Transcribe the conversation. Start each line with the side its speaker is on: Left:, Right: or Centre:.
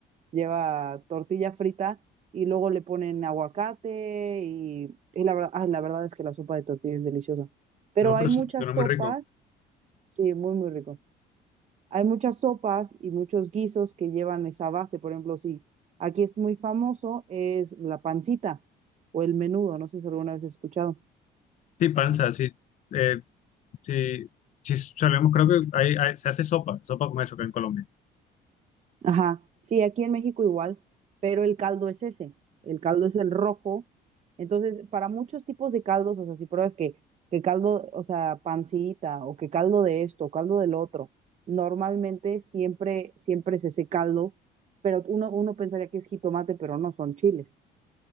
Right: lleva tortilla frita y luego le ponen aguacate y, y la verdad, ay, la verdad es que la sopa de tortilla es deliciosa. Pero
Left: No,
Right: hay
Left: pero
Right: muchas
Left: su- suena
Right: sopas,
Left: muy rico.
Right: sí, muy, muy rico. Hay muchas sopas y muchos guisos que llevan esa base. Por ejemplo, si aquí es muy famoso, es la pancita o el menudo. No sé si alguna vez has escuchado.
Left: Sí, panza, sí. Eh, sí, sí, solemos, creo que hay- hay- se hace sopa, sopa con eso acá en Colombia.
Right: Ajá. Sí, aquí en México igual, pero el caldo es ese. El caldo es el rojo. Entonces, para muchos tipos de caldos, o sea, si pruebas que, que caldo, o sea, pancita o que caldo de esto, o caldo del otro, normalmente siempre, siempre es ese caldo, pero uno, uno pensaría que es jitomate, pero no, son chiles.